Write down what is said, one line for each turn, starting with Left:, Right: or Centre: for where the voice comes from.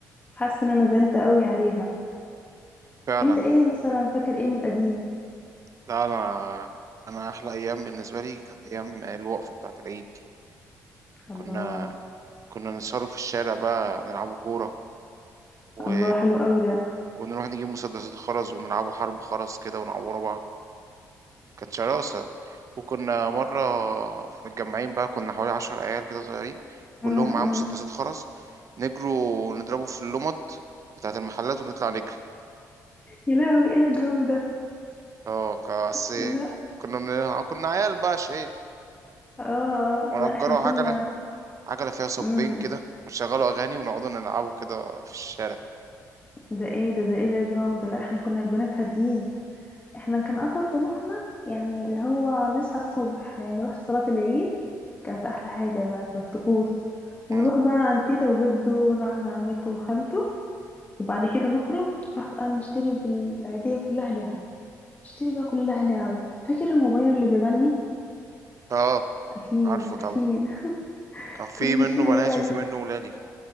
Left: حاسه ان انا زعلت قوي عليها
Right: فعلا
Left: انت ايه مثلا فاكر ايه من القديم
Right: لا انا انا احلى ايام بالنسبه لي كانت ايام الوقفه بتاعه العيد دي
Left: الله
Right: كنا كنا نسهروا في الشارع بقى نلعبوا كوره و
Left: الله حلو قوي ده
Right: ونروح نجيب مسدسات خرز ونلعبوا حرب خرز كده ونعوروا بعض كانت شراسة وكنا مرة متجمعين بقى كنا حوالي عشر عيال كده صغيرين كلهم
Left: امم
Right: معاهم مسدسات خرز نجروا ونضربوا في اللمض بتاعة المحلات ونطلع نجري
Left: يا لهوي ايه الاجرام ده
Right: اه ك- بس
Left: لا
Right: كنا من... كنا عيال بقى شقية
Left: اه آه،
Right: ونأجروا
Left: لا احنا كنا
Right: عجلة عجلة فيها صبين
Left: امم
Right: كده ونشغلوا أغاني ونقعدوا نلعبوا كده في الشارع
Left: ده ايه ده ده ايه الاجرام ده لا احنا كنا البنات هاديين احنا كان اخر طموحنا يعني اللي هو نصحى الصبح يعني نروح صلاة العيد كانت احلى حاجة بقى كانت طقوس ونروح
Right: مم.
Left: بقى عند تيتا وجده ونروح عند عمته وخالته وبعد كده نخرج نروح بقى نشتري بالعيدية كلها لعب نشتري بقى كلها لعب فاكر الموبايل اللي بيغني
Right: اه
Left: اكيد
Right: عارفه طبعا
Left: اكيد <laughs>
Right: كان في
Left: كنا
Right: منه
Left: نشتري
Right: بناتي
Left: بقى
Right: وفي
Left: له
Right: منه ولادي